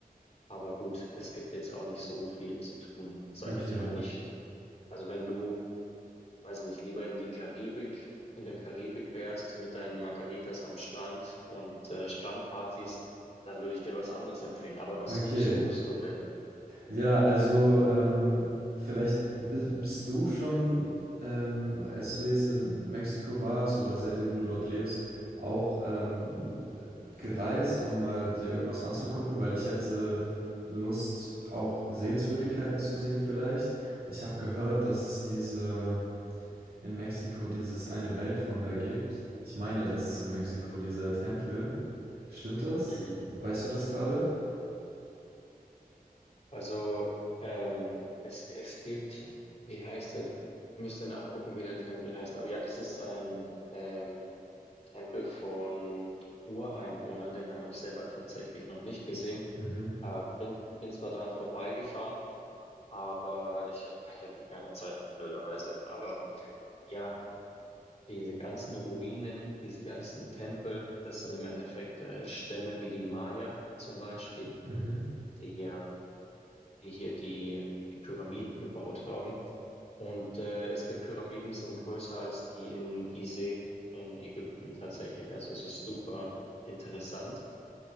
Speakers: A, on the left; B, on the right.
A: Aber gut, es gibt jetzt auch nicht so viel zu tun, sage
B: Okay,
A: ich jetzt mal nicht. Also wenn du weiß nicht, lieber in die Karibik, in der Karibik wärst mit deinen Margaritas am Strand und äh, Strandpartys, dann würde ich dir was anderes empfehlen. Aber was
B: okay.
A: suchst du denn?
B: Ja, also ähm, vielleicht bi- bist du schon, ähm, als du jetzt in Mexiko warst oder seitdem du dort lebst, auch ähm, gereist, um mal dir irgendwas anzugucken, weil ich hätte Lust, auch Sehenswürdigkeiten zu sehen vielleicht. Ich habe gehört, dass es diese in Mexiko dieses eine Weltwunder gibt. Ich meine, das ist in Mexiko dieser Tempel. Stimmt das?
A: Mhm.
B: Weißt du das gerade?
A: Also, ähm, es, es gibt, wie heißt er? Ich müsste nachgucken, wie der Tempel heißt. Aber ja, das ist ein ähm, Tempel von Ureinwohnern. Den habe ich selber tatsächlich noch nicht gesehen.
B: Mhm.
A: Äh, bin, bin zwar dran vorbeigefahren, aber ich, hat- <laughs> ich hatte keine Zeit, blöderweise. Aber. Ja, Diese ganzen Ruinen, diese ganzen Tempel, das sind im Endeffekt äh, Stämme wie die Maya zum Beispiel,
B: Mhm.
A: die, äh, die hier die, die Pyramiden gebaut haben. Und äh, es gibt Pyramiden, die sind größer als die in Gizeh in Ägypten tatsächlich. Also es ist super interessant.